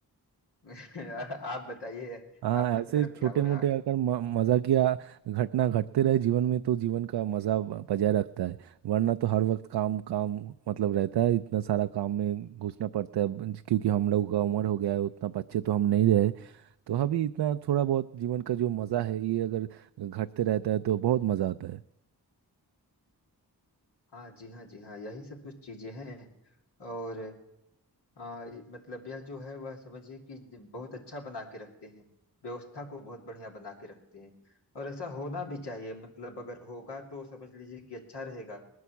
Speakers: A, on the left; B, on the right.
A: <laughs> आप बताइए
B: हाँ
A: आपकी
B: ऐसे
A: तरफ
B: छोटे
A: क्या हो
B: मोटे
A: रहा है
B: अगर म- मजाकिया घटना घटते रहे जीवन में तो जीवन का मजा ब- बजाय रखता है वरना तो हर वक्त काम काम मतलब रहता है इतना सारा काम में घुसना पड़ता है ब- क्योंकि हम लोगों का उम्र हो गया है उतना बच्चे तो हम नहीं रहे तो अभी इतना थोड़ा बहुत जीवन का जो मजा है ये अगर घटते रहता है तो बहुत मजा आता है
A: हाँ जी हाँ जी हाँ यही सब कुछ चीजें हैं और आ, ये- मतलब यह जो है वह समझिए कि ज- बहुत अच्छा बना के रखते हैं व्यवस्था को बहुत बढ़िया बना के रखते हैं और ऐसा होना भी चाहिए मतलब अगर होगा तो समझ लीजिए कि अच्छा रहेगा